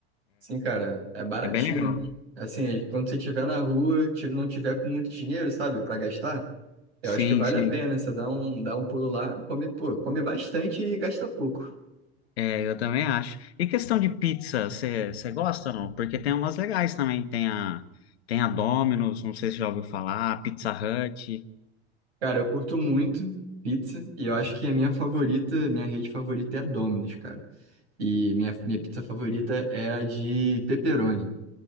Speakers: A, on the right (about 75°); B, on the left (about 75°).
A: Sim, cara, é baratinho.
B: É bem legal.
A: Assim, quando você tiver na rua, ti- não tiver com muito dinheiro, sabe, para gastar, eu
B: Sim,
A: acho que vale
B: sim.
A: a pena. Você dá um, dá um pulo lá, come, pô, come bastante e gasta pouco.
B: É, eu também acho. E questão de pizza, você você gosta ou não? Porque tem umas legais também. Tem a, tem a Domino's, não sei se já ouviu falar, a Pizza Hut.
A: Cara, eu curto muito pizza e eu acho que a minha favorita, minha rede favorita é a Domino's, cara. E minha, minha pizza favorita é a de pepperoni,